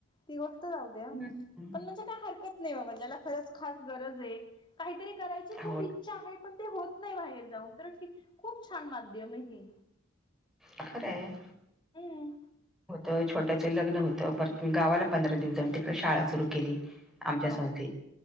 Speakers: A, on the left; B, in the centre.
A: ती गोष्ट जाऊ द्या....
B: हम्म.
A: पण म्हणजे काय, हरकत नाही बाबा ज्याला खरंच खास गरज आहे काहीतरी करायची खूप
B: हो
A: इच्छा आहे., पण ते होत नाही., बाहेर जाऊन तर ठीक आहें खूप छान माध्यम आहे हे
B: खरं आहें
A: हम्म
B: होतं छोट्याचं लग्न होतं, परत मग गावाला पंधरा दिवस जाऊन, तिकडे शाळा सुरू केली आमच्या
A: हा
B: संस्थेत